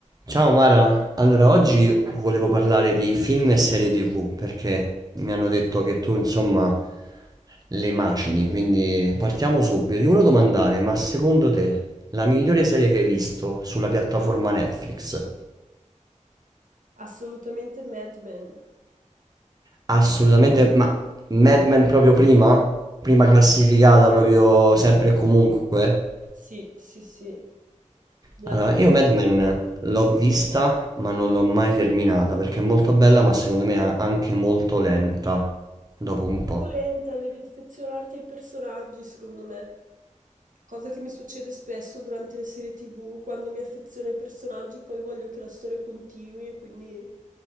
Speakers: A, on the right; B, on the right.
A: Ciao Mara, allora oggi volevo parlare di film e serie TV perché mi hanno detto che tu insomma le macini, quindi partiamo subito. Ti volevo domandare, ma secondo te la migliore serie che hai visto sulla piattaforma Netflix?
B: Assolutamente Mad Men.
A: Assolutamente, ma Mad Men proprio prima? Prima classificata proprio sempre e comunque?
B: Sì, sì, sì. Mi
A: Allora,
B: ha-
A: io Mad Men l'ho vista, ma non l'ho mai terminata perché è molto bella, ma secondo me è anche molto lenta dopo
B: È
A: un
B: molto
A: po'.
B: lenta, devi affezionarti ai personaggi, secondo me. Cosa che mi succede spesso durante le serie TV, quando mi affeziono ai personaggi, poi voglio che la storia continui e quindi